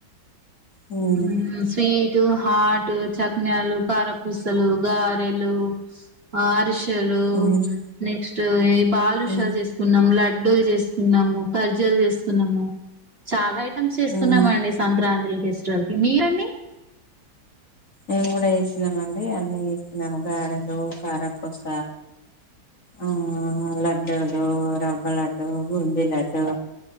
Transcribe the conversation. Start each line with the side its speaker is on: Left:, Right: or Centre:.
Left: మ్మ్
Right: హు స్వీ టు హార్ట్ చక్నాలు కారపూసలు గారెలు అరిశే లు
Left: మ్మ్
Right: నెక్స్ట్ బాదుషాలు
Left: మ్మ్
Right: చేసుకున్నాం లాడ్ లడ్డలు చేసుకున్నాము ఖర్జులు చేసుకున్నాము చాలా చేస్తున్నామండి
Left: మ్మ్
Right: సంక్రాంతి ఫెస్టివల్ కి మీరు అండి
Left: మేము కూడా చేస్తున్నామ అండి అన్ని చేస్తున్నాము గారెలు కారాపూస ఆ లడ్డూలు రవ్వ లడ్డు బొంది లడ్డు